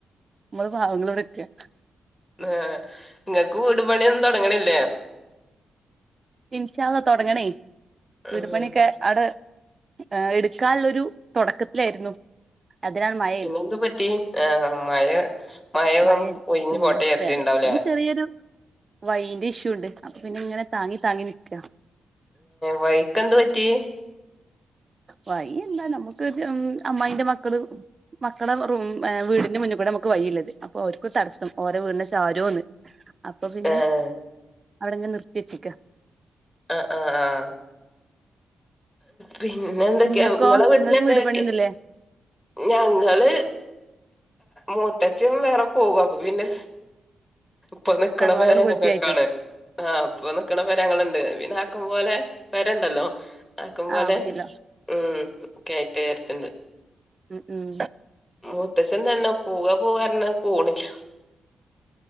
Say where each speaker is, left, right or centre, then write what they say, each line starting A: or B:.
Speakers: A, on the right (about 35°); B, on the left (about 20°).
A: നമ്മള് പാവങ്ങള് വടെര്ക്ക
B: ആഹ് ങ്ങക്ക് വീട് പണിയൊന്നും തൊട്ങ്ങ്ണില്ലേ
A: ഇൻശാള്ള തൊടങ്ങണേയ് വീടു
B: ഉം
A: പണിയക്കെ അടെ എടുക്കാന്ള്ളൊരു തൊടക്കത്തിലായിരുന്നു അതിലാണ് മൈ
B: പിന്നെന്തു പറ്റി ആഹ് മഴ മഴന്നണ്ട്
A: മഴെയ്ത്
B: ഒഴിഞ്ഞ്
A: ഉം
B: പോട്ടെ യാര്ച്ചിണ്ടാവുലേ
A: വേറെ പിന്നെ ചെറിയൊരു വൈന്റെ ഇഷ്യൂ ഉണ്ട് അപ്പൊ പിന്നെ ഇങ്ങനെ താങ്ങി താങ്ങി നിക്ക
B: വൈക്ക് എന്ത് പറ്റി
A: വയ്യ എന്താ നമ്മുക്ക് അമ്മായിന്റെ മക്കള് മക്കളെവെറും വീടിന്റെ മുന്ന് കൂടെ നമ്മക് വയിള്ളത് അപ്പൊ അവർക്ക്ഒരു തടസ്സം ഓരോ വീടിന്റെ ചാരോന്ന് അപ്പപിന്നെ
B: ഏഹ്
A: അവിടെങ്ങനെ നിർത്തിച്ച് ക്ക
B: ആഹ് ആഹ് ആഹ് പിന്നെ ന്തൊക്കെയാങ്ങളെ
A: നിങ്ങൾക്കോ
B: വീട്ടിലെക്കെ
A: നിങ്ങൾക്ക് വീട്
B: ആരെക്കയാ
A: പണിയൊന്നുല്ലേ
B: ഞങ്ങള് മൂത്തച്ചി അങ്ങ് വേറെപോകും അപ്പൊ പിന്നെ
A: <inaudible>
B: ഇപ്പനിക്കണ
A: തറവാടാണ്
B: പെരനങ്ങക്കക്കാണ്
A: പൊളിച്ചു കയറ്റും
B: ആഹ് അപ്പ നിക്കണ പെരങ്ങള് ഇണ്ട് പിന്നെഅപ് ആക്കും പോലെ പെരണ്ടല്ലോ ആക്കും
A: ആഹ്
B: പോലെ
A: മതിയല്ലോ
B: ഉം കേറ്റേ കൊറച്ചുണ്ട്
A: ഉം ഉം
B: മൂത്തശൻ തന്നെ പൂവ പോവന്നറഞ്ഞ് പോണില്ല